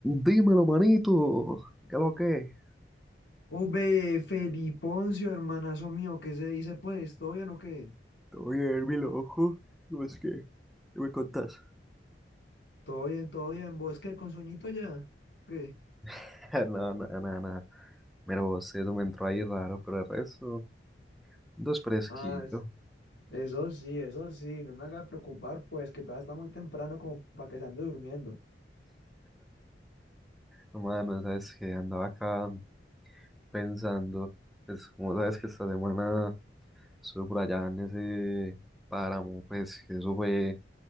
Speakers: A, in the centre; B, on the left (about 85°).
A: Dímelo, manito. ¿Qué lo que?
B: Hombre, Feliponcio, hermanazo mío, ¿qué se dice pues? ¿Todo bien o qué?
A: Te voy a ver mi ojo. No es que, ¿qué me contás?
B: Todo bien, todo bien. ¿Vos qué? ¿Con sueñito ya? ¿Qué?
A: <laughs> No, no, no, no. Mira vos, eso me entró ahí raro, pero el resto, dos fresquito.
B: Ah, es- eso sí, eso sí. No me haga preocupar, pues, que todavía está muy temprano como para que se ande durmiendo.
A: No, Mano, sabes que andaba acá pensando, pues como sabes que esta semana estuve por allá en ese páramo, pues que eso fue,